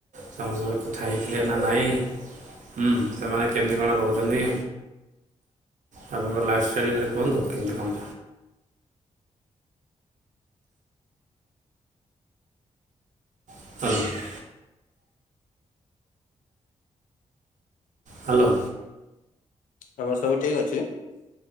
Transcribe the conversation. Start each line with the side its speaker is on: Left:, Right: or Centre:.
Right: ସମସ୍ତରେ କଥା ହେଇଥିଲେ ନା ନାଇଁୁଁ ସେମାନେ କେମିତି କଣ ରହୁଛନ୍ତି। ତାପଙ୍କର ଲାଇଫଷ୍ଟାଇଲ୍ ଭଥିରେ କୁହନ୍ତୁ କେମିତି କଣ? <unintelligible> ହ୍ୟାଲୋ
Left: ଆମର ସବୁ ଠିକ ଅଛି।